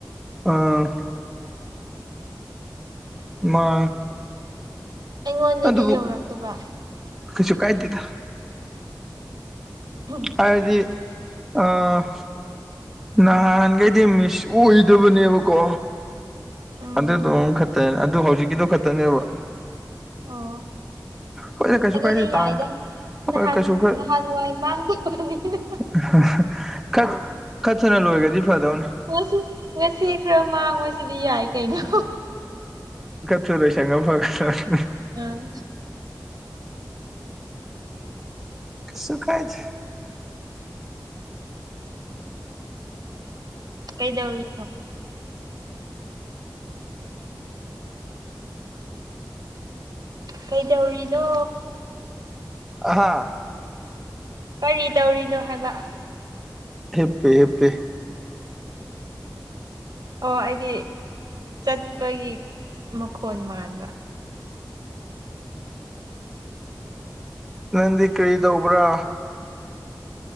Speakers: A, in the centre; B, on the right.
A: ꯑ ꯃꯥ
B: ꯑꯩꯉꯣꯟꯗꯗꯤ
A: ꯑꯗꯨꯕꯨ
B: ꯌꯧꯔꯛꯇꯕ
A: ꯀꯩꯁꯨ ꯀꯥꯏꯗꯦꯗ
B: <unintelligible>
A: ꯍꯥꯏꯗꯤ ꯑ ꯅꯍꯥꯟꯒꯩꯗꯤ ꯃꯤꯁ ꯑꯣꯏꯗꯕꯅꯦꯕꯀꯣ
B: ꯎꯝ
A: ꯑꯗꯨꯗꯣ ꯑꯝꯈꯠ ꯇꯅ ꯑꯗꯨ ꯍꯧꯖꯤꯛꯀꯤꯗꯨ ꯈꯛꯇꯅꯦꯕ
B: ꯑꯣ
A: ꯍꯣꯏꯗ ꯀꯩꯁꯨ
B: ꯑꯗꯨꯗꯤ
A: ꯀꯥꯏꯗꯦ
B: ꯌꯥꯏꯗ
A: ꯇꯥ
B: ꯅꯍꯥꯟ
A: ꯍꯣꯏ ꯀꯩꯁꯨ ꯈꯛ
B: ꯅꯍꯥꯟ ꯋꯥꯏ ꯃꯥꯡꯈꯤꯕꯅꯤꯅ
A: <unintelligible> ꯈꯛ ꯈꯔꯊꯨꯅ ꯂꯣꯏꯒꯔꯗꯤ ꯐꯗꯧꯅꯦ
B: ꯉꯁꯤ ꯉꯁꯤ ꯈꯔ ꯃꯥꯡꯕꯁꯤꯗꯤ ꯌꯥꯏ ꯀꯩꯅꯣ
A: ꯊꯨ ꯂꯣꯏꯁꯟꯒꯔ ꯐꯒꯗꯝꯅꯤ
B: ꯑꯪ <inaudible>
A: ꯀꯩꯁꯨ ꯀꯥꯏꯗꯦ
B: ꯀꯩꯗꯧꯔꯤ ꯀꯩꯗꯧꯔꯤꯅꯣ
A: ꯑꯍꯥꯥ
B: ꯀꯔꯤ ꯇꯧꯔꯤꯅꯣ ꯍꯥꯏꯕ
A: ꯍꯤꯞꯄꯤ ꯍꯤꯞꯄꯤ
B: ꯑꯣ ꯑꯩꯗꯤ ꯆꯠꯄꯒꯤ ꯃꯈꯣꯟ ꯃꯥꯟꯕ
A: ꯅꯪꯗꯤ ꯀꯔꯤ ꯇꯧꯕ꯭ꯔꯥ